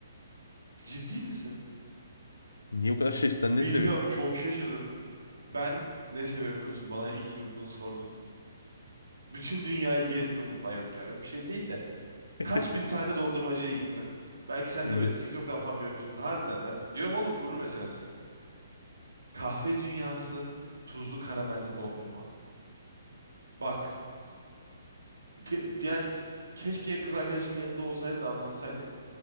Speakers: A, on the right (about 80°); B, on the left (about 75°).
A: Ciddi misin?
B: Niye o kadar şey? Sen
A: Bilmiyorum
B: ne seviyorsun?
A: çok şaşırdım. Ben ne seviyorum biliyor musun? Bana iyi ki bunu sordun. Bütün dünyayı gezdim. Ay yok ya öyle bir şey değil de.
B: <laughs>
A: Kaç bin tane dondurmacıya gittim. Belki sen
B: Yok.
A: de böyle TikTok'tan falan görmüşsündür. Harbiden ben diyorum oğlum gurur meselesi. Kahve dünyası tuzlu karamelli dondurma. Bak ke- yani keşke kız arkadaşımın yanında olsaydı da anlatsaydık.